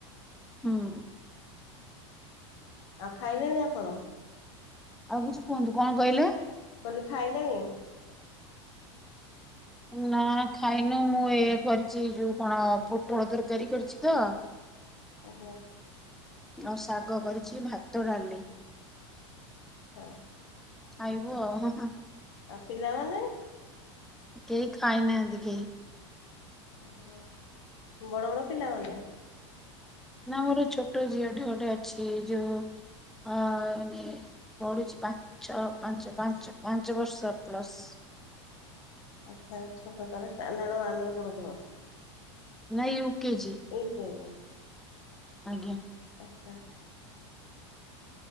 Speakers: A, in the centre; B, on the left.
A: ହୁଁଉ।
B: ଆଉ ଖାଇଲେଣି ଆପଣ।
A: ଆଉ କିଛି କୁହନ୍ତୁ କଣ କହିଲେ?
B: କହିଲି ଖାଇଲେଣି।
A: ନା ଖାଇନୁ ମୁଁ ଏଇ କରିଛିଯୋଉ କଣ ପୋଟଳ ତରକାରୀ କରିଛି ତ।
B: ଆଜ୍ଞା।
A: ଆଉ ଶାଗ କରିଛି ଭାତ, ଡାଲି।
B: ହଁ।
A: ଖାଇବୁ ଆଉ ଉ ହୁଁ।
B: ଆଉ ପିଲାମାନେ।
A: କେହି ଖାଇନାହାନ୍ତି କେହି।
B: ଓହୋ ବଡ ବଡ ପିଲାମାନେ।
A: ନା ମୋର ଛୋଟ ଝିଅଟେ ଗୋଟେ ଅଛି ଯୋଉ ଅ ମାନେ। ପଢୁଛି ପାଞ୍ଚ ପାଞ୍ଚ ପାଞ୍ଚ ପାଞ୍ଚ ବର୍ଷ ପ୍ଲସ
B: ଆଚ୍ଛା ଛୋଟ ତାରେ ସାଣ୍ଡାର୍ଡ ୱାନ ରେ ପଢ଼ୁଥିବ?
A: ନା ୟୁ କେ ଜି।
B: ଓ ହୋ।
A: ଆଜ୍ଞା।
B: ଆଚ୍ଛା।